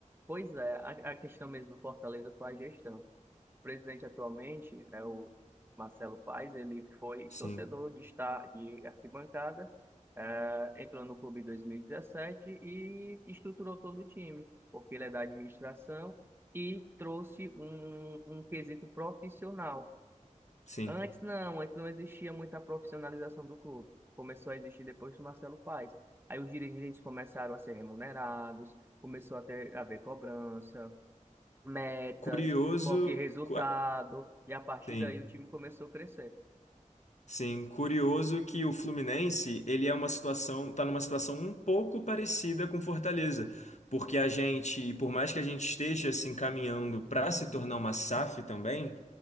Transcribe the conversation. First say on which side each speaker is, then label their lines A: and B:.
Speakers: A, on the right (about 15°); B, on the left (about 60°).
A: Pois é, a a questão mesmo do Fortaleza foi a gestão. presidente atualmente é o Marcelo Paes, ele foi
B: Sim,
A: torcedor de estar de arquibancada, eh, entrou no clube em 2017 e dezessete e estruturou todo o time, porque ele é da administração e trouxe um, um quesito profissional.
B: sim.
A: Antes não, antes não existia muita profissionalização do clube. Começou a existir depois do Marcelo Paes. Aí os dirigentes começaram a ser remunerados, começou a ter a haver cobrança, metas,
B: Curioso.
A: foco em resultado,
B: cu-
A: e a partir
B: Sim.
A: daí o time começou a crescer.
B: Sim, curioso que o Fluminense, ele é uma situação, tá numa situação um pouco parecida com Fortaleza, porque a gente, por mais que a gente esteja se encaminhando para se tornar uma SAF também,